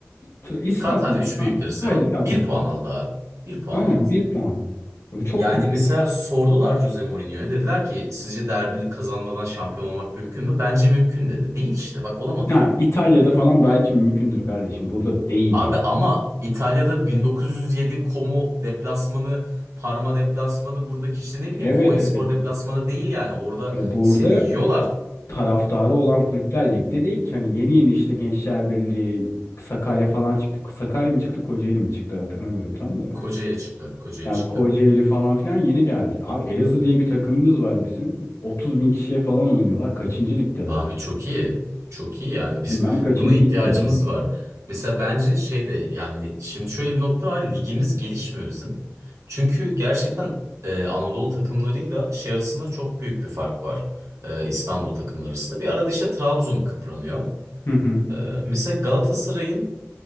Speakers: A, on the left; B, on the right.
A: T- İstanbul.
B: Kat hadi 3
A: Ha,
B: büyükleri sayalım.
A: haydi tamam.
B: bir puan aldı abi. bir puan
A: Aynen
B: aldı.
A: bir puan. Bu çok
B: Yani
A: kötü.
B: mesela sordular Jose Mourinho'ya. Dediler ki sizce derbi kazanmadan şampiyon olmak mümkün mü? Bence mümkün dedi. Değil işte bak olamadın.
A: Ha, İtalya'da falan belki mümkündür kardeşim. Burada değil
B: Abi
A: yani.
B: ama İtalya'da 1907 Como deplasmanı, Parma deplasmanı buradaki işte ne bileyim
A: Evet
B: Konyaspor
A: evet.
B: deplasmanı değil yani. Orada
A: Ya burada
B: seni yiyorlar.
A: taraftarı olan kulüpler ligde değil ki. Hani yeni yeni işte Gençler Birliği, Sakarya falan çıktı. Sakarya mı çıktı, Kocaeli mi çıktı hatırlamıyorum tam da.
B: Kocaeli çıktı. Kocaeli
A: Yani
B: çıktı.
A: Kocaeli falan filan yeni geldi. Abi Elazığ diye bir takımımız var bizim. 30 bin kişiye falan oynuyorlar. Kaçıncı ligdeler?
B: Abi çok iyi. Çok iyi yani. Biz
A: Bilmem kaçıncı
B: buna ihtiyacımız
A: ligdeler.
B: var.
A: yani.
B: Mesela bence şey de yani şimdi şöyle bir nokta var. Ligimiz gelişmiyor bizim. Çünkü gerçekten e, Anadolu takımlarıyla şey arasında çok büyük bir fark var. E, İstanbul takımları arasında. Bir arada işte Trabzon kıpranıyor.
A: Hı hı.
B: E, mesela Galatasaray'ın